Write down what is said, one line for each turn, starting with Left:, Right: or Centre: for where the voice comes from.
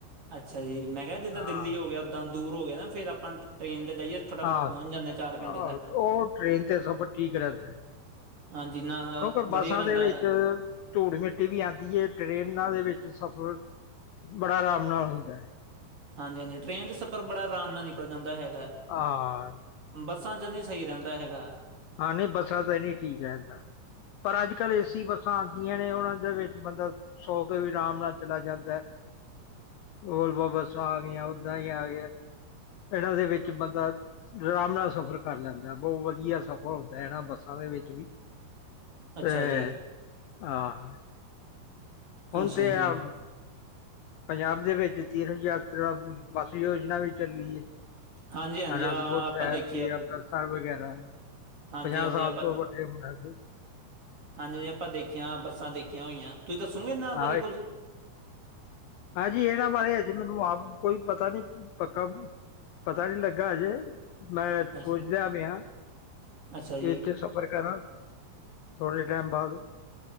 Right: ਅੱਛਾ ਜੀ ਮੈਂ ਕਿਆ ਜਿੱਦਾ
Left: ਹਾਂ
Right: ਦਿੱਲੀ ਹੋ ਗਿਆ ਉੱਦਾਂ ਦੂਰ ਹੋ ਗਿਆ ਨਾ ਫੇਰ ਆਪਾਂ ਟ੍ਰਰੇਨ 'ਤੇ ਜਾਈਏ ਫਟਾਫਟ
Left: ਹਾਂ
Right: ਪਹੁੰਚ ਜਾਂਦੇ ਚਾਰ ਘੰਟੇ
Left: ਆ
Right: ਤੱਕ
Left: ਓ ਟ੍ਰੇਨ ਤੇ ਸਫ਼ਰ ਠੀਕ ਰੈਦਾਂ।
Right: ਹਾਂਜੀ ਨਾਲ
Left: ਕੋਕੇ
Right: ਵਧੀਆ
Left: ਬੱਸਾਂ
Right: ਰਹਿੰਦਾ
Left: ਦੇ ਵਿੱਚ
Right: ਹੈ
Left: ਥੂੜ -ਮਿੱਟੀ ਵੀ ਆਂਦੀ ਏ, ਟਰੇਨਾਂ ਦੇ ਵਿੱਚ ਸਫ਼ਰ ਬੜਾ ਰਾਮ ਨਾਲ ਹੁੰਦਾ।
Right: ਹਾਂਜੀ-ਹਾਂਜੀ ਟ੍ਰਰੇਨ 'ਚ ਸਫ਼ਰ ਬੜਾ ਰਾਮ ਨਾਲ ਨਿਕਲ ਜਾਂਦਾ ਹੈਗਾ।
Left: ਹਾਂ
Right: ਬੱਸਾਂ 'ਚ ਨਈ, ਸਈ ਰੈਦਾਂ ਹੈਗਾ
Left: ਆ ਨਈ ਬੱਸਾਂ ਤਾਂ ਨੀ ਠੀ ਕੈਤਾ। ਪਰ ਅੱਜ-ਕੱਲ੍ਹ ਏਸੀ ਬੱਸਾਂ ਆਦੀਆਂ ਨੇ ਉਨਾਂ ਦੇ ਵਿੱਚ ਬੰਦਾ ਸੌ ਕੇ ਵੀ ਰਾਮ ਨਾਲ ਚਲਾ ਜਾਂਦਾ। ਹੋਲ ਬਬ ਬੱਸਾਂ ਆ ਗੀਆਂ, ਓਦਾਂ ਈ ਆ ਗੀਆਂ ਇਨਾਂ ਦੇ ਵਿੱਚ ਬੰਦਾ ਰਾਮ ਨਾਲ ਸਫ਼ਰ ਕਰ ਲੈਂਦਾ, ਬੋਤ ਵਧੀਆ ਸਫ਼ਰ ਹੁੰਦਾ ਇਨਾਂ ਬੱਸਾਂ ਦੇ ਵਿੱਚ ਵੀ।
Right: ਅੱਛਾ
Left: ਐ
Right: ਜੀ
Left: ਆਹ ਹੁਨ
Right: ਅੱਛਾ
Left: ਤੇ
Right: ਜੀ
Left: ਆ ਪੰਜਾਬ ਦੇ ਵਿੱਚ ਤੀਰਥ ਯਾਤਰਾ ਬੱਸ ਯੋਜਨਾ ਵੀ ਚੱਲੀ ਏ।
Right: ਹਾਂਜੀ ਹਾਂਜੀ
Left: ਅਨੰਦਪੁਰ
Right: ਹਾਂ ਆਪਾਂ
Left: ਸਾਹਿਬ
Right: ਦੇਖੀਏ
Left: ਦੀ, ਅੰਮ੍ਰਿਤਸਰ ਵਗੈਰਾ
Right: ਹਾਂਜੀ
Left: ਪੰਜਾਹ
Right: ਹਾਂਜੀ
Left: ਸਾਲ
Right: ਆਪਾਂ
Left: ਤੋਂ ਵੱ <unintelligible>
Right: ਹਾਂਜੀ ਆਪਾਂ ਦੇਖੀਆਂ ਬੱਸਾਂ ਦੇਖੀਆਂ ਹੋਈਆਂ, ਤੁਸੀਂ ਦੱਸੋਗੇ ਏਨਾਂ ਬਾਰੇ
Left: ਹਾਂ
Right: ਕੁੱਝ
Left: ਹਾਂਜੀ ਏਨਾਂ ਬਾਰੇ ਅਜੇ ਮੈਨੂੰ ਆਪ ਕੋਈ ਪਤਾ ਨੀ ਪੱਕਾ ਪਤਾ ਨੀ ਲੱਗਾ ਅਜੇ ਮੈਂ ਸੋਚਦਾ
Right: ਅੱਛਾ,
Left: ਪੇਆ,
Right: ਅੱਛਾ ਜੀ,
Left: ਇੱਥੇ ਸਬ ਫ਼ਰ ਕਰਾਂ ਥੋੜੇ ਟੈਮ ਬਾਅਦ